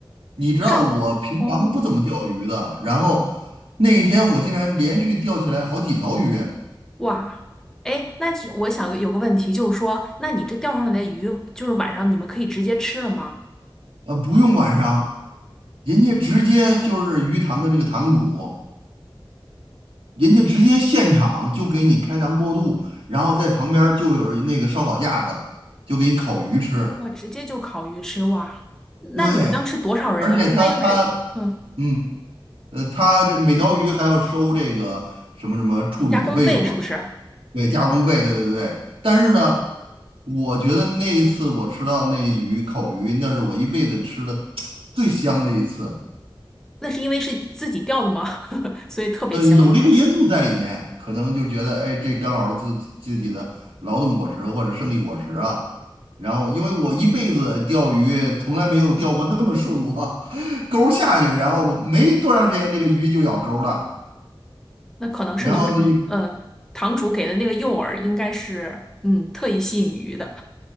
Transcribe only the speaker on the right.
你知道我平常不怎么钓鱼的，
然后那一天我竟然连续钓起来好几条鱼，
呃，不用晚上，人家直接就是鱼塘的这个塘主，人家直接现场就给你开膛破肚，然后在旁边儿就有那个烧烤架子，就给你烤鱼吃。
对，而且他他
嗯。呃，他这每条鱼还要收这个什么什么处理的费用啊。
对，加工费，对对对。但是呢，我觉得那一次我吃到那鱼烤鱼，那是我一辈子吃的最香的一次。
呃，有这个因素在里面，可能就觉得，哎，这刚好是自己自己的劳动果实或者胜利果实啊。然后，因为我一辈子钓鱼从来没有钓过那么顺过，<laughs> 钩儿下去，然后没多长时间，这个鱼就咬钩儿了。
然后呢。